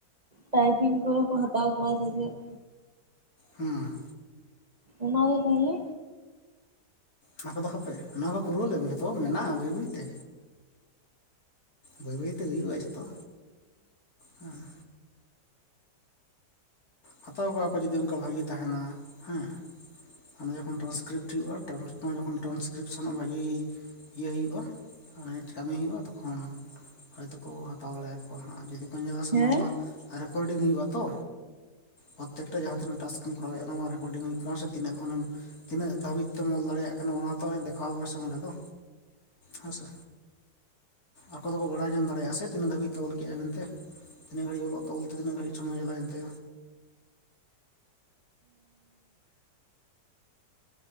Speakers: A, on the right (about 30°); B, on the left (about 55°).
A: ᱴᱟᱭᱯᱤᱝ ᱠᱚᱨᱮ ᱠᱚ ᱦᱟᱛᱟᱣ ᱠᱚᱣᱟᱭ ᱥᱮᱪᱮᱫ?
B: ᱦᱮᱸ᱾
A: ᱚᱱᱟᱜᱮ ᱛᱟᱦᱚᱞᱮ?
B: ᱚᱱᱟ ᱠᱚᱫᱚ ᱦᱟᱯᱮ ᱱᱚᱣᱟ ᱠᱚ ᱯᱩᱨᱟᱹᱣᱞᱮᱢ ᱡᱚᱛᱚ ᱢᱮᱱᱟᱜᱼᱟ ᱵᱟᱹᱭ ᱵᱟᱹᱭᱛᱮ, ᱵᱟᱹᱭ ᱵᱟᱹᱭᱛᱮ ᱦᱩᱭᱩᱜᱼᱟ ᱡᱷᱚᱛᱚ ᱦᱮᱸ, ᱦᱟᱛᱟᱣ ᱠᱚᱜᱣᱟ ᱠᱚ ᱡᱩᱫᱤ ᱚᱱᱠᱟ ᱵᱷᱟᱹᱜᱤ ᱛᱟᱦᱮᱸᱱᱟ ᱦᱮᱸ, ᱦᱟᱸᱱᱮ ᱡᱚᱠᱷᱚᱱ ᱴᱟᱨᱱᱥᱠᱨᱤᱯᱴ ᱦᱩᱭᱩᱜᱳᱜᱼᱟ ᱡᱚᱠᱷᱚᱱ ᱴᱨᱟᱱᱥᱠᱨᱤᱯᱥᱚᱱ ᱵᱷᱟᱜᱤ ᱤᱭᱟᱹ ᱦᱩᱭᱩᱜᱼᱟ <unintelligible> ᱠᱟᱹᱢᱤ ᱦᱩᱭᱩᱜᱼᱟ ᱛᱚᱠᱷᱚᱱ ᱦᱳᱭᱛᱳᱠᱚ ᱦᱟᱛᱟᱣ ᱫᱟᱲᱮᱭᱟᱠᱚᱣᱟ ᱦᱟᱸᱜ, ᱡᱩᱫᱤ ᱠᱚ ᱧᱮᱞᱟ ᱥᱮ
A: ᱦᱮᱸ
B: ᱱᱚᱣᱟ ᱢᱟ ᱨᱮᱠᱚᱨᱰᱤᱝ ᱦᱩᱭᱩᱜᱼᱟ ᱛᱚ ᱯᱨᱚᱠᱛᱮᱠᱴᱟ ᱡᱟᱦᱟᱸ ᱛᱱᱟᱹᱜ ᱴᱟᱥ ᱠᱮᱢ ᱠᱚᱨᱟᱣᱮᱫᱟ ᱱᱚᱣᱟ ᱨᱮᱠᱳᱰᱤᱝ ᱦᱩᱭᱩᱜ ᱠᱟᱱᱟ ᱥᱮ ᱛᱤᱱᱟᱹᱜ ᱠᱷᱚᱱᱮᱢ ᱛᱤᱱᱟᱹᱜ ᱫᱷᱟᱹᱵᱤᱡ ᱛᱮᱢ ᱚᱞ ᱫᱟᱲᱮᱭᱟᱜ ᱠᱟᱱᱟ ᱚᱱᱟ ᱦᱚᱸ ᱛᱚ ᱫᱮᱠᱷᱟᱣᱟ ᱟᱥᱮ ᱚᱸᱰᱮ ᱫᱚ, ᱦᱮᱸ ᱥᱮ ᱟᱠᱚ ᱫᱚᱠᱚ ᱵᱟᱲᱟᱭ ᱧᱟᱢ ᱫᱟᱲᱮᱭᱟᱜᱼᱟ ᱥᱮ ᱛᱤᱱᱟᱹᱜ ᱫᱷᱟᱹᱵᱤᱡ ᱛᱮ ᱚᱞ ᱠᱮᱜᱟᱭ ᱢᱮᱱᱛᱮ, ᱛᱤᱱᱟᱹᱜ ᱜᱟᱹᱲᱤᱡ ᱚᱞᱳ ᱛᱚ ᱚᱞ ᱛᱮ ᱛᱤᱱᱟᱹᱜ ᱜᱟᱹᱲᱤᱡ ᱥᱚᱢᱚᱭ ᱨᱟ ᱞᱟᱣᱮᱱ ᱛᱮ